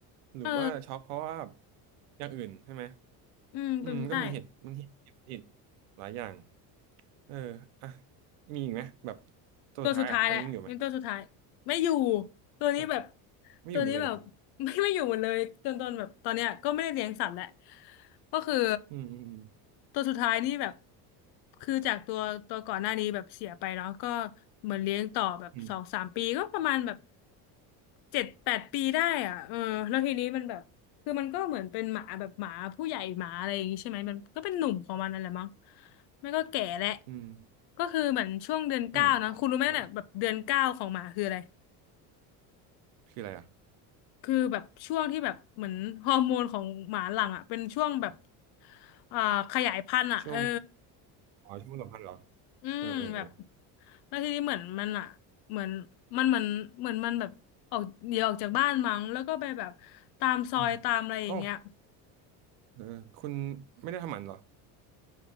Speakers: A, on the right; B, on the left.
A: หรือว่าช็อกเพราะว่า
B: เออ
A: อย่างอื่นใช่ไหม
B: อืมเป็นไปได้
A: อืมก็มีเหตุมันเหตุเหตุเหตุหลายอย่างเอออ่ะมีอีกไหมแบบตัวสุดท้ายอ่ะตอนนี้ยังอยู่ไหม
B: ตัวสุดท้ายแหละเป็นตัวสุดท้ายไม่อยู่ตัวนี้แบบ
A: เออไม่อยู่หมดเลยเหรอ
B: ตัวนี้แบบ <laughs> ไม่ไม่อยู่หมดเลยจนตนแบบตอนเนี้ยก็ไม่ได้เลี้ยงสัตว์แหละก็คือ
A: อืมอืมอืม
B: ตัวสุดท้ายนี่แบบคือจากตัวตัวก่อนหน้านี้แบบเสียไปเนาะก็เหมือนเลี้ยงต่อแบบสองสามปีก็ประมาณแบบ
A: อืม
B: เจ็ดแปดปีได้อ่ะเออแล้วทีนี้มันแบบ คือมันก็เหมือนเป็นหมาแบบหมาผู้ใหญ่หมาอะไรอย่างงี้ใช่ไหมมันก็เป็นหนุ่มของมันนั่นแหละมั้งไม่ก็แก่แหละ
A: อืม
B: ก็คือเหมือนช่วงเดือนเก้านะคุณรู้ไหมเนี่ยแบบเดือนเก้าของหมาคืออะไร
A: อืมอ๋อเออคืออะไรอ่ะ
B: คือแบบช่วงที่แบบเหมือนฮอร์โมนของหมาหลังอ่ะเป็นช่วงแบบอ่าขยายพันธุ์อ่ะเออ
A: ช่วงอ๋อช่วงสัมพันธ์เหรอ
B: อืมแบบ
A: เออเออเออ
B: แล้วทีนี้เหมือนมันอ่ะเหมือนมันเหมือนเหมือนมันแบบออกเดี๋ยวออกจากบ้านมั้งแล้วก็ไปแบบตามซอยตามอะไรอย่างเงี้ย
A: อืมโอ้เออคุณไม่ได้ทำหมันเหรอ